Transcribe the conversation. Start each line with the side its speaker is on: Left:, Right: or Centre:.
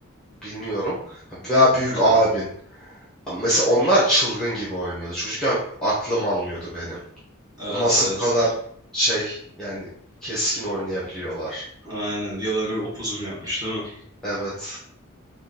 Centre: bilmiyorum veya büyük
Right: Aha.
Centre: abin. Mesela onlar çılgın gibi oynuyordu. Çocukken aklım almıyordu benim.
Right: Evet
Centre: Nasıl
Right: evet.
Centre: bu kadar şey yani keskin oynayabiliyorlar.
Right: Aynen yılanı upuzun yapmış değil mi?
Centre: Evet.